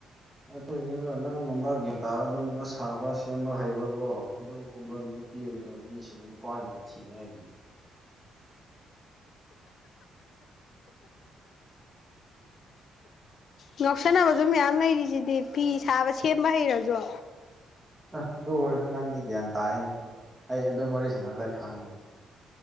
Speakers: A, on the right; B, on the left.
A: ꯑꯗꯨꯏꯅꯦꯕ ꯅꯪꯒꯨꯝꯕ ꯒ꯭ꯌꯥꯟꯇꯥꯕ ꯑꯗꯨꯒꯨꯝꯕ ꯁꯥꯕ ꯁꯦꯝꯕ ꯍꯩꯕꯀꯣ ꯑꯗꯨꯒꯨꯝꯕ ꯅꯨꯄꯤ <unintelligible> ꯃꯤꯁꯤꯡ ꯅꯨꯄꯥꯁꯤꯡꯒ ꯊꯤꯕꯅꯦ ꯍꯥꯏꯖꯤꯅꯤ
B: ꯉꯧꯁꯟꯅꯕꯖꯨ ꯃꯤꯌꯥꯝ ꯂꯩꯔꯤꯁꯤꯗꯤ ꯐꯤ ꯁꯥꯕ ꯁꯦꯝꯕ ꯍꯩꯔꯖꯨ
A: ꯑ ꯑꯗꯨ ꯑꯣꯏꯔꯖꯨ ꯅꯪꯗꯤ ꯒ꯭ꯌꯥꯟ ꯇꯥꯏꯌꯦ ꯑꯗꯨꯝ ꯑꯩ ꯑꯗꯨ ꯋꯥꯔꯤꯔꯤ ꯁꯥꯟꯅꯕꯗ ꯈꯪꯉꯤ